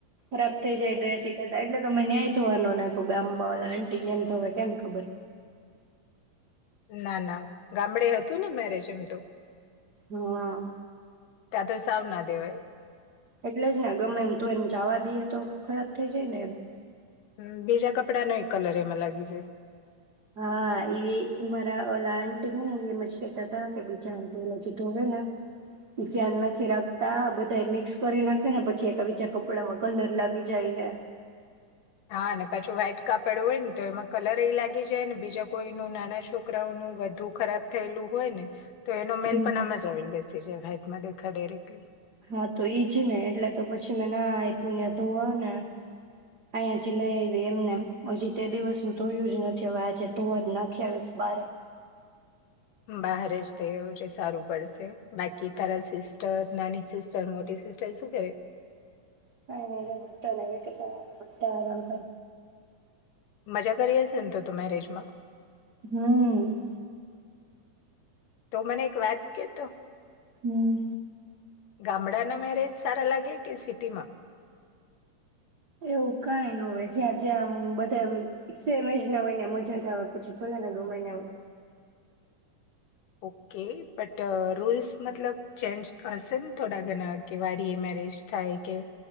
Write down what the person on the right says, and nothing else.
રબતે જે. <unintelligible> મે ન્યાય થવાનુંખ ગામમાં ઓ આટી કેમ થય કેમ ખબર.
હા.
એટલે જ ને ગમે એમ ધોઈને ચાવા દઈએ તો ખરાબ થઈ જાય ને એમ.
હા એ મારા ઓ આંટીી હ ને એ મશકેતા કે બીજા આ ઓ જે તુંે ને એ ધ્યાન નથી રાખતા બધા મિક્સ કરી નાખે ને પછી એક બીજા કપડામાં કલર લાગી જાય ને.
હમ્મ.
હા તો ઈજ ને એટલે તો પછી મેં ના આપ્યું ને ધોવા ને અહીંયા જ લઈ આવી એમને હજી તે દિવસ ધોયું જ નથી હવે આજે ધોવા જ નાખી આવીશ બારે.
કઈ ન તો ભતો ન વકેશ બધ આરામ કર
હમ્મ.
હમ.
એવું કઈ ન હોય જ્યાં જ્યાં બધા સેમેજ ના હોયને મજા જ આવે પછી ભોલે ને ગમાને.